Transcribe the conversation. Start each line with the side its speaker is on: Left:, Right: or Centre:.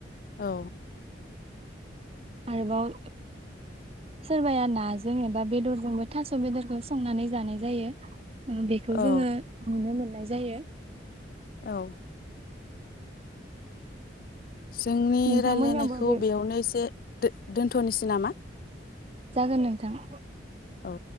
Left: औ
Right: आरोबाव सोरबाया नाजों एबा बेदरजोंबो थास' बेदरखौ संनानै जानाय जायो बेखौ
Left: औ
Right: जोंङो नुनो मोनो जायो
Left: औ जोंनि
Right: नोंथांमोननियावबो
Left: राय्लायनायखौ
Right: बे
Left: बेयावनो एसे दोन्थनोसै नामा?
Right: जागोन नोंथां
Left: औ